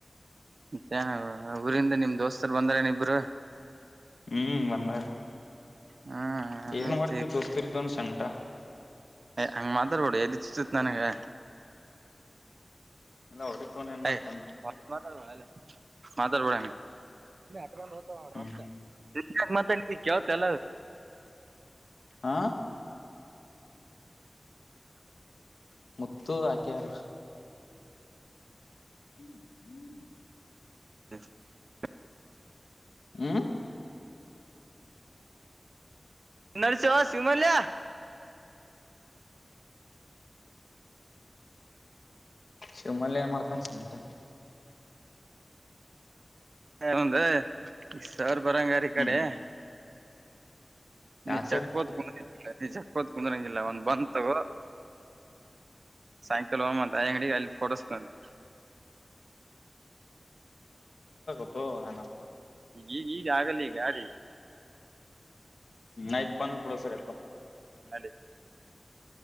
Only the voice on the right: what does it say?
ಮತ್ತ ಊರಿಂದ ನಿಮ್ ದೋಸ್ತರು ಬಂದಾರೆನ್ ಇಬ್ರು
ಹ್ಮ್
ಆಯ್ತ
ಅಂಗ ಮಾತಾಡ್ಬೇಡ ಎದೆ ಚಚುತ್ ನಾನಾ ಗ
ಹೆ
ಓಟ್ ಮಾತಡ್ ಬೇಡಲೇ ಮಾತಾಡ್ಬ ಹಂಗೆ ಅಂದುಕೊಂಡು ನೋಡ್ರೋ
ಅಕ್ಕ
ಮಾತ್ ಕೇಳ್ತೀಯ
ಹ <unintelligible>
ನರ್ಸಿ <unintelligible> ಶಿವಮಲ್ಯ
ಓನ್ಲಿ ಸರ್ ಬರಂಗ್ ಈ
ಕಡೆ
ನೀನು
ಜಕ್ಕಂತ ಕುಂದ್ರಾಗಿಲ್ಲ ಒಂದು ಬನ್ನು ತೊಗೋ ಸಾಯಂಕಾಲ ಹೋಗೋಮ್ ಆ ಅಂಗಡಿ ಅಲ್ಲಿ ಕೊಡಸ್ತನಾತ್
ಈಗ ಈಗ ಆಗಲ್ಲ ಈಗ ಅ <unintelligible> ರಿ
ನಡಿ